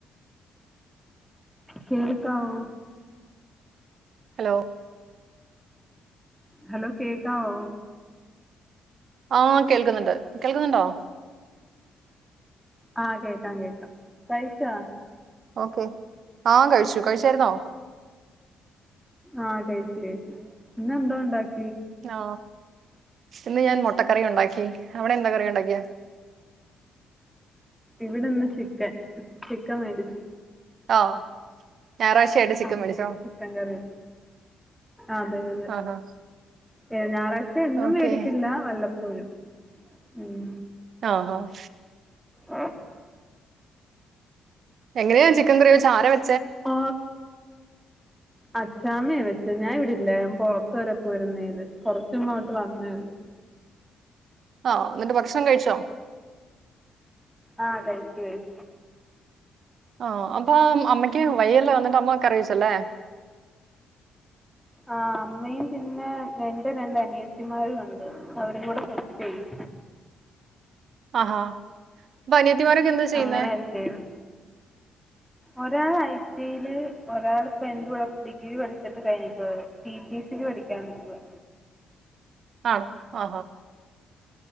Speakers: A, in the centre; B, on the right (about 55°).
A: കേൾക്കാവോ
B: ഹലോ
A: ഹലോ കേക്കാവോ
B: ആ കേൾക്കുന്നുണ്ട് കേൾക്കുന്നുണ്ടോ
A: ആ കേക്കാം കേക്കാം കഴിച്ചാ
B: ഓക്കെ ആ കഴിച്ചു കഴിച്ചായിരുന്നോ
A: ആ കഴിച്ചു കഴിച്ചു ഇന്നെന്തോ ഉണ്ടാ- -
B: ആ ഇന്ന് ഞാൻ മുട്ട് മുട്ടക്കറി ഉണ്ടാക്കി അവിടെ എന്താ കറിയാ ഉണ്ടാക്കിയെ
A: ഇവിടെന്ന് ചിക്കൻ ചിക്കൻ മേടിച്ചു.
B: ആ ഞായറാഴ്ചയായിട്ട് ചിക്കൻ
A: ആ
B: മേടിച്ചോ
A: ചിക്കൻ കറി വെച്ചു അതെ അതെ
B: ആഹാ
A: ഏ ഞായറാഴ്ച എന്നും
B: ഓക്കെ
A: മേടിക്കില്ല വല്ലപ്പോഴും ഉം
B: ആ ആ
A: ആ
B: എങ്ങനെയാ ചിക്കൻ കറി വെച്ചേ ആര വെ
A: ഓ അച്ചാമയാ വെച്ചെ ഞാൻ ഇവിടില്ലാരുന്നു പുറത്തു വരെ പോയിരുന്നേത്. കൊറച്ചുമുമ്പ് ഇങ്ങോട്ട് വന്നേയുള്ളൂ
B: ആഎന്നിട്ട് ഭക്ഷണം കഴിച്ചോ
A: ആ കയിച്ചു കയിച്ചു
B: ആ അം അപ്പൊ അമ്മയ്ക്ക് വയ്യെല്ലോ എന്നിട്ട് അമ്മ കറി വെച്ചെല്ലേ
A: ആ അമ്മയും പിന്നെ എന്റെ രണ്ട് അനിയത്തിമാരും ഉണ്ട് അവരും കൂടെ ഹെൽപ് ചെയ്യും
B: ആ അപ്പൊ അനിയത്തിമാരൊക്കെ എന്താ ചെയ്യുന്നേ
A: അങ്ങനെ ചെയ്തു ഒരാൾ ഐ ടിയില് ഒരാളിപ്പോ എന്റെ കൂടെ ഡിഗ്രി പഠിച്ചിട്ട് കഴിഞ്ഞിട്ട് റ്റി. റ്റി. സി ക്ക് പഠിക്കാൻ നിക്കുവാ
B: ആ ആ